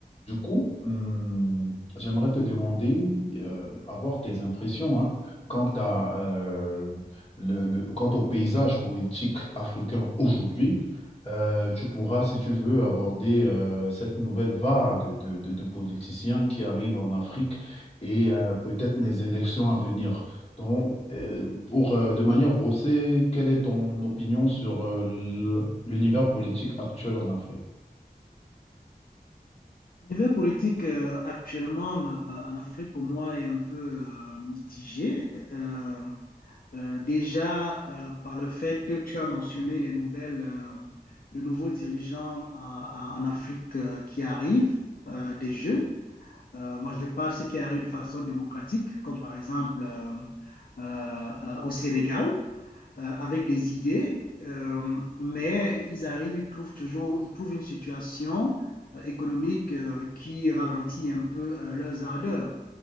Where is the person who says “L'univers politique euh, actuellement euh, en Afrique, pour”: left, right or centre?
Left